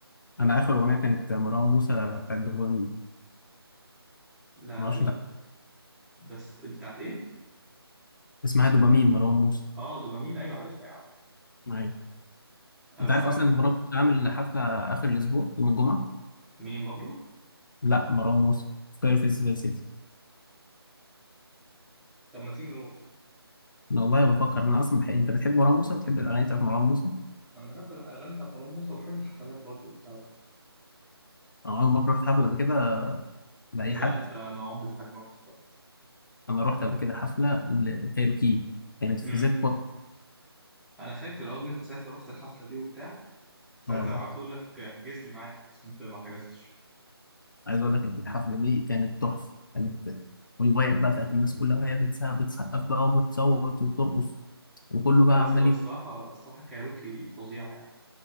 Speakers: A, on the left; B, in the centre.
A: انا اخر اغنيه كانت مروان موسى بتاعت دوبامين
B: لا
A: ما
B: لا
A: اعرفش
B: لا
A: انت عارف.
B: بس بتاعت ايه
A: اسمها دوبامين مروان موسى
B: اه دوبامين ايوه عارفها يا عم
A: ايوه
B: آه،
A: انت
B: بس
A: عارف
B: انا
A: اصلا
B: عامه
A: ان مروان موسى عامل حفله اخر الاسبوع يوم الجمعه
B: مين بابلو
A: لا مروان موسى في كايرو فيستيفال سيتي
B: طب ما تيجي نروح
A: انا والله بفكر انا اصلا بحق. انت بتحب مروان موسى بتحب الاغاني بتاعت مروان موسى
B: انا بحب الاغاني بتاعت مروان موسى وبحب الحفلات برضو بتاعته
A: انا عمرك رحت حفله قبل كده لاي
B: لا
A: حد
B: ده انا عمري في حياتي ما رحت حفلات
A: انا رحت قبل كده حفله لكايروكي كانت في
B: امم
A: زيت بوت
B: انا فاكر اه ان انت ساعتها رحت الحفله دي وبتاع ساعتها
A: اه
B: قعدت تقول لك احجز لي معاك بس انت ما حجزتش
A: عايز اقول لك إن الحفله دي كانت تحفه كانت والفايب بقى بتاعت الناس كلها وهي بتسقف بتسقف بقى وبتصوت وبترقص وكله
B: لا
A: بقى
B: بس
A: عمال
B: هو
A: يجري.
B: الصراحه الصراحه كايروكي فظيعه يعني